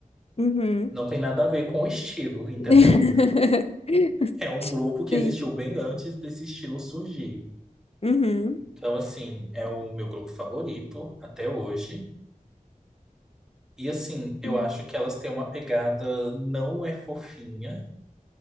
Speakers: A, on the left; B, in the centre.
A: Uhum.
B: Não tem nada a ver com o estilo, <laughs> entendeu?
A: <laughs>
B: É um grupo que
A: Sim.
B: existiu bem antes desse estilo surgir.
A: Uhum.
B: Então, assim, é o meu grupo favorito até hoje. E assim, eu
A: Uhum.
B: acho que elas têm uma pegada não é fofinha,